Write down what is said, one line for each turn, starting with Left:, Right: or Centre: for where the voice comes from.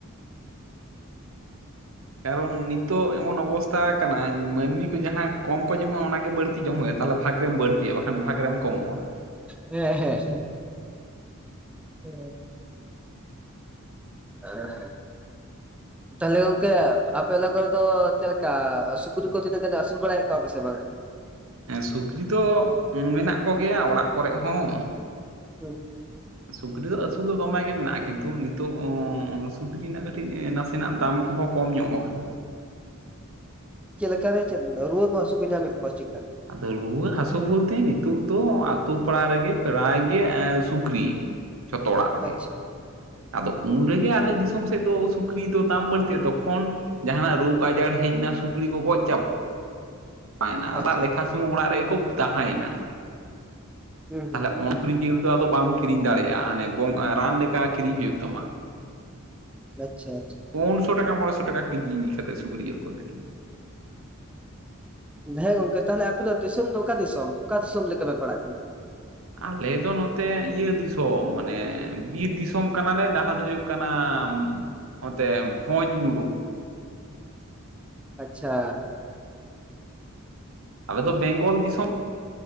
Right: ᱠᱟᱨᱚᱱ ᱱᱤᱛᱚᱜ ᱮᱢᱚᱱ ᱚᱵᱚᱥᱛᱟ ᱠᱟᱱᱟ ᱢᱟᱹᱱᱢᱤ ᱠᱚ ᱡᱟᱦᱟᱸ ᱠᱚᱢ ᱠᱚ ᱡᱚᱢᱟ ᱚᱱᱟ ᱜᱮ ᱵᱟᱹᱲᱛᱤ ᱡᱚᱢ ᱦᱩᱭᱩᱜᱼᱟ ᱛᱟᱦᱚᱞᱮ ᱵᱷᱟᱜᱽ ᱨᱮᱢ ᱵᱟᱹᱲᱛᱤᱜᱼᱟ ᱵᱟᱠᱷᱟᱱ ᱵᱷᱟᱜᱽ ᱨᱮᱢ ᱠᱚᱢᱚᱜᱼᱟ
Centre: ᱦᱮᱸ ᱦᱮᱸ ᱦᱮᱸ ᱦᱮᱸ ᱛᱟᱦᱞᱮ ᱜᱚᱝᱠᱮ ᱟᱯᱮ ᱚᱱᱟ ᱠᱚᱨᱮ ᱫᱚ ᱪᱮᱫ ᱞᱮᱠᱟ ᱥᱩᱠᱨᱤ ᱠᱚ ᱛᱤᱱᱟᱹᱜ ᱜᱟᱱ ᱟᱹᱥᱩᱞ ᱵᱟᱲᱟᱭᱮᱫ ᱠᱚᱣᱟ ᱯᱮ ᱥᱮ ᱵᱟᱝᱟ <inaudible>
Right: ᱦᱮᱸ ᱥᱩᱠᱨᱤ ᱫᱚ ᱢᱮᱱᱟᱜ ᱠᱚᱜᱮᱭᱟ ᱚᱲᱟᱜ ᱠᱚᱨᱮᱜ ᱦᱚᱸ
Centre: ᱦᱩᱸ
Right: ᱥᱩᱠᱨᱤ ᱫᱚ ᱟᱹᱥᱩᱞ ᱫᱚ ᱫᱚᱢᱮ ᱜᱮ ᱢᱮᱱᱟᱜᱼᱟ ᱠᱤᱱᱛᱩ ᱱᱤᱛᱚᱜ ᱥᱩᱠᱨᱤ ᱨᱮᱱᱟᱜ ᱠᱟᱹᱴᱤᱡ ᱱᱟᱥᱮ ᱱᱟᱥᱱᱟᱜ ᱫᱟᱢ ᱠᱚᱦᱚᱸ ᱠᱚᱢ ᱧᱚᱜ ᱟᱠᱟᱱᱟ
Centre: ᱪᱮᱫ ᱞᱮᱠᱟᱨᱮ ᱪᱮᱫ ᱨᱩᱣᱟᱹ ᱠᱚ ᱦᱟᱹᱥᱩ ᱠᱚ ᱧᱟᱢᱮᱫ ᱠᱚᱣᱟ ᱥᱮ ᱪᱮᱠᱟ
Right: ᱟᱫᱚ ᱨᱩᱣᱟᱹ ᱦᱟᱹᱥᱩ ᱵᱚᱞᱛᱮ ᱱᱤᱛᱚᱜ ᱫᱚ ᱟᱛᱳ ᱯᱟᱲᱟ ᱨᱮᱜᱮ ᱯᱨᱟᱭ ᱜᱮ ᱥᱩᱠᱨᱤ ᱡᱷᱚᱛᱚ ᱚᱲᱟᱜ ᱨᱮᱜᱮ
Centre: ᱟᱪᱪᱷᱟ
Right: ᱟᱫᱚ ᱩᱱᱨᱮᱜᱮ ᱟᱞᱮ ᱫᱤᱥᱚᱢ ᱥᱮᱫ ᱫᱚ ᱥᱩᱠᱨᱤ ᱫᱚ ᱫᱟᱢ ᱵᱟᱹᱲᱛᱤᱜᱼᱟ ᱛᱚᱠᱷᱚᱱ ᱡᱟᱦᱟᱱᱟᱜ ᱨᱳᱜᱽ ᱟᱡᱟᱨ ᱦᱮᱡᱱᱟ ᱥᱩᱠᱨᱤ ᱠᱚ ᱜᱚᱡ ᱪᱟᱵᱟᱜ ᱪᱟᱵᱟᱭᱱᱟ
Centre: ᱟᱪᱪᱷᱟ
Right: ᱟᱫᱟᱜ ᱞᱮᱠᱷᱟ ᱥᱩᱢᱩᱝ ᱚᱲᱟᱜ ᱨᱮᱜᱮ ᱠᱚ ᱛᱟᱦᱮᱸᱭᱮᱱᱟ
Centre: ᱦᱩᱸ
Right: ᱛᱟᱦᱞᱮ
Centre: ᱦᱩᱸ
Right: ᱩᱱᱠᱨᱤ ᱡᱤᱞ ᱫᱚ ᱟᱫᱚ ᱵᱟᱢ ᱠᱤᱨᱤᱧ ᱫᱟᱲᱮᱭᱟᱜᱼᱟ ᱦᱟᱱᱮ ᱵᱚᱝ ᱨᱟᱱ ᱞᱮᱠᱟ ᱠᱤᱨᱤᱧ ᱦᱩᱭᱩᱜ ᱛᱟᱢᱟ
Centre: ᱟᱪᱪᱷᱟ ᱟᱪᱪᱷᱟ
Right: ᱯᱩᱱᱥᱚ ᱴᱟᱠᱟ ᱢᱚᱬᱮᱥᱚ ᱴᱟᱠᱟ ᱠᱤᱡᱤ ᱠᱟᱛᱮᱜ ᱥᱩᱠᱨᱤ ᱥᱩᱠᱨᱤ ᱡᱤᱞ ᱠᱚ ᱟᱠᱷᱨᱤᱧᱟ
Centre: ᱦᱮᱸ ᱜᱚᱝᱠᱮ ᱛᱟᱦᱞᱮ ᱟᱯᱮ ᱫᱚ ᱫᱤᱥᱚᱢ ᱫᱚ ᱚᱠᱟ ᱫᱤᱥᱚᱢ ᱚᱠᱟ ᱫᱤᱥᱚᱢ ᱞᱮᱠᱟ ᱯᱮ ᱯᱟᱲᱟᱜ ᱠᱟᱱᱟ
Right: ᱟᱞᱮ ᱫᱚ ᱱᱚᱛᱮ ᱤᱭᱟᱹ ᱫᱤᱥᱚᱢ ᱢᱟᱱᱮ ᱵᱤᱨ ᱫᱤᱥᱚᱢ ᱠᱟᱱᱟᱞᱮ ᱰᱟᱦᱟ ᱫᱚ ᱦᱩᱭᱩᱜ ᱠᱟᱱᱟ ᱠᱟᱱᱟ ᱱᱚᱛᱮ ᱵᱷᱚᱸᱡᱽ ᱢᱩᱞᱩᱠ
Centre: ᱟᱪᱪᱷᱟ
Right: ᱟᱞᱮ ᱫᱚ ᱵᱮᱝᱜᱚᱞ ᱫᱤᱥᱚᱢ